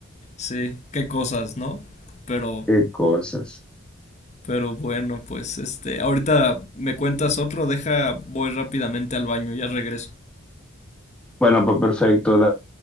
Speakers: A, on the left (about 35°); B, in the centre.
A: Sí, qué cosas, ¿no? Pero,
B: Qué cosas.
A: pero bueno, pues este, ahorita me cuentas otro, deja, voy rápidamente al baño, ya regreso.
B: Bueno, pues perfecto.